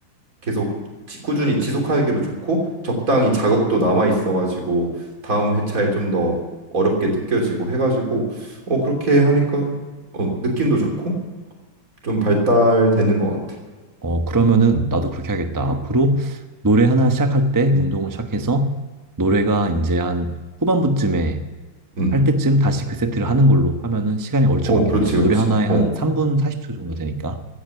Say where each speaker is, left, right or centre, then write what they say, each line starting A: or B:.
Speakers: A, on the right; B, on the right.
A: 계속 지- 꾸준히 지속하기도 좋고 적당히 자극도 남아 있어가지고 다음 회차에 좀 더 어렵게 느껴지고 해가지고 어 그렇게 하니까 어 느낌도 좋고 좀 발달되는 것 같아.
B: 어, 그러면은 나도 그렇게 하겠다. 앞으로 노래 하나 시작할 때 운동을 시작해서 노래가 이제 한 후반부쯤에
A: 음,
B: 할 때쯤 다시 그 세트를 하는 걸로 하면은 시간이 얼추
A: 어
B: 맞겠네.
A: 그렇지
B: 노래
A: 그렇지.
B: 하나에 한
A: 어.
B: 3분 40초 정도 되니까.